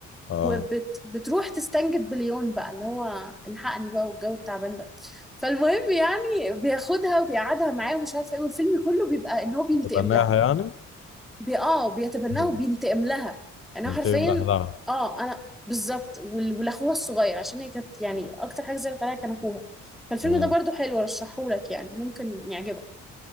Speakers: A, on the left; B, in the centre.
A: اه
B: وبتروح تستنجد بليون بقى اللي هو الحقني بقى والجو التعبان ده فالمهم يعني بياخدها وبيقعدها معاه ومش عارفه ايه والفيلم كله بيبقى ان هو بينتقم
A: تتبناها
B: لها
A: يعني
B: بي اه بيتبناها
A: مم.
B: وبينتقم لها يعني
A: ينتمي
B: هو حرفيا
A: لأهلها
B: اه انا بالظبط وال- ولاخوها الصغير عشان هي كانت يعني اكتر حاجه زعلت عليها كان اخوها فالفيلم
A: مم.
B: ده برضو حلو رشحهولك يعني ممكن يعجبك